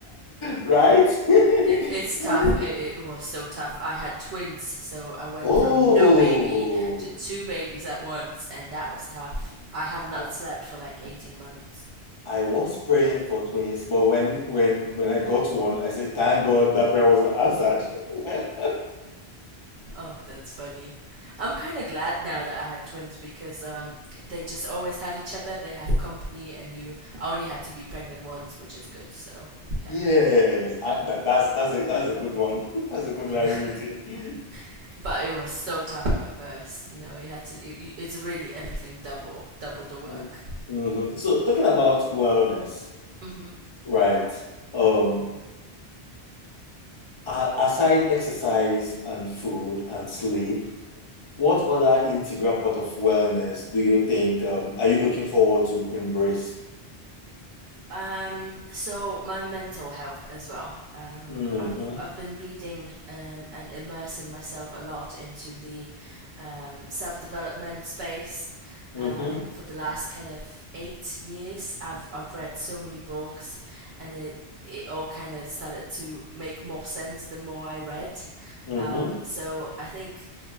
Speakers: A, on the left (about 35°); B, on the right (about 70°).
A: Right? <laughs>
B: It, it's tough.
A: Right?
B: It, it was so tough. I had twins, so I went
A: Oh.
B: from no baby to two babies at once, and that was tough. I have not
A: Oh.
B: slept for like 18 months.
A: I was praying for twins, but when when when I got one, I said, "Thank God that prayer wasn't answered." <laughs>
B: Oh, that's funny. I'm kind of glad now that I had twins because um, they just always have each other. They have company, and you I only had to be pregnant once, which is good. So yeah,
A: Yes, I, that, that's that's a that's a good one. <laughs> That's a good one.
B: yeah.
A: I agree with you.
B: <laughs> but it was so tough at first. You know, you had to. You, you, it's really everything double, double the work.
A: Mm. Mhm. So talking about wellness,
B: hmm
A: right? Um, a- aside exercise and food and sleep, what other integral part of wellness do you think um, are you looking forward to embrace?
B: Um, so my mental health as well. Um,
A: Mm-hmm.
B: I've I've been reading um, and immersing myself a lot into the um, self development space.
A: Mm-hmm.
B: Um, for the last kind of eight years, I've I've read so many books, and it it all kind of started to make more sense the more I read.
A: Mm-hmm.
B: Um, so I think